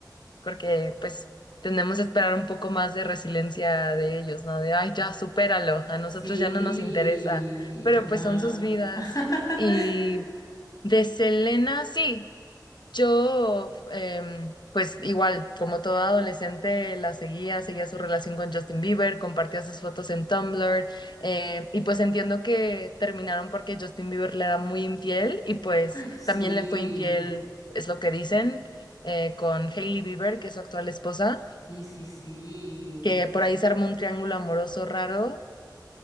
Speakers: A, on the left (about 80°); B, on the left (about 55°).
A: porque pues tenemos que esperar un poco más de resiliencia de ellos, ¿no? De, ay, ya, supéralo, a nosotros
B: Sí.
A: ya no nos interesa, pero
B: Ajá.
A: pues son sus vidas.
B: <laughs>
A: Y de Selena, sí. Yo, em, pues igual, como toda adolescente, la seguía, seguía su relación con Justin Bieber, compartía sus fotos en Tumblr, eh, y pues entiendo que terminaron porque Justin Bieber le era muy infiel y pues
B: Sí.
A: también le fue infiel, es lo que dicen, eh, con Hailey Bieber, que es su actual esposa,
B: Sí, sí, sí.
A: que por ahí se armó un triángulo amoroso raro,